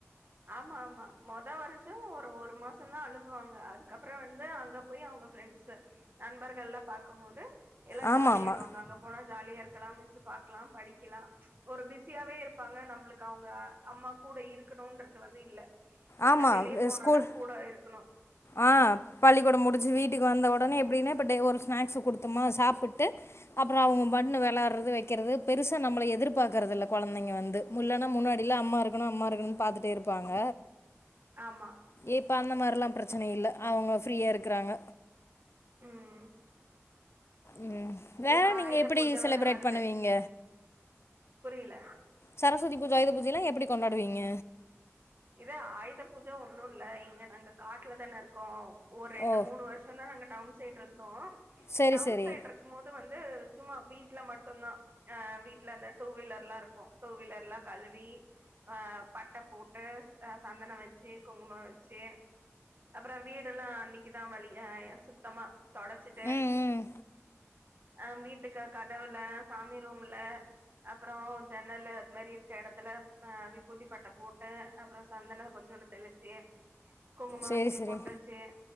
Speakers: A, on the right; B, on the left.
A: ஆமா ஆமா மொத வருஷோ ஒரு ஒரு மாச தா அலுவாங்க அதுக்கப்புறோ வந்து அங்க போய் அவங்க ஃபிரெண்ட்ஸ் ஸு நண்பர்கள் எல்லா பாக்கும்போது எல்லா
B: ஆமாம்
A: ஜாலியாயிடுவாங்க
B: ஆமாம்
A: அங்க போன ஜாலியா இருக்கலா மிஸ் பக்கலா படிக்கலா ஒரு பிஸியாவே இருப்பாங்க நம்மளுக்கு அவுங்க அம்மா கூ கூட இருக்கணும்ன்றது வந்து இல்ல ஏன்னா
B: ஆமாம்
A: வெளியே போனும்ன்னா
B: ஸ்கூல்
A: கூட இருக்கணும்
B: ஆ பள்ளிக்கூட முடிச்சு வீட்டுக்கு வந்த ஒடனே எப்டின்னா இப்ப டே ஒரு ஸ்நாக்ஸ் ஸு குடுத்தோமா சாப்பிட்டு அப்புறோ அவங்க பாட்டுனு வெளையாடுறது வைக்கிறது பெருசா நம்பல எதிர்பாக்கறதுல்ல கொழந்தைங்க வந்து இல்லனா முன்னாடிலா அம்மா இருக்கணு அம்மா இருக் கனு பாத்துட்டே இருப்பாங்க
A: ஆமா
B: இப்ப அந்த மாரில்லா பிரச்சன இல்ல அவங்க ஃபிரீயா இருக்குறாங்க
A: ம்
B: ம் வேற
A: இப்ப
B: நீங்க
A: ஆயுத
B: எப்டி
A: பூஜ
B: செலப்ரேட்
A: வேற வருது
B: பண்ணுவீங்க
A: புரில
B: சரஸ்வதி பூஜ ஆயுத பூஜையெல்லா எப்டி கொண்டாடுவீங்க
A: இதோ ஆயுத பூஜ ஒன்னு இல்ல இங்க நாங்க காட்ல தான இருக்கோ ஒரு ரெண்டு
B: ஓ
A: மூணு வருஷோ தா நாங்க டவுன் சைட் இருந்தோ
B: சரி
A: டவுன்
B: சரி
A: சைட் இருக்கும் போது வந்து சும்மா வீட்டுல மட்டுதா அ வீட்டுல அந்த டூ வீலர்லா இருக்கு டூ வீலர்லா கழுவி அ பட்ட போட்டு அ சந்தன வெச்சு குங்குமம் வெச்சு அப்புறோ வீடுலா அன்னைக்குதா வலி அ சுத்தமா தொடச்சிட்டு
B: ம் ம்
A: அ வீட்டுக்கு கதவுல சாமி ரூம்ல அப்புறோ ஜென்னல் அது மாரி எடத்துல அ விபூதிப்பட்ட போட் டு அப்புறோ சந்தன கொஞ்சோன்டு தெளிச்சு குங்கும
B: சரி
A: வெச்சு
B: சரி
A: பொட்டு வெச்சு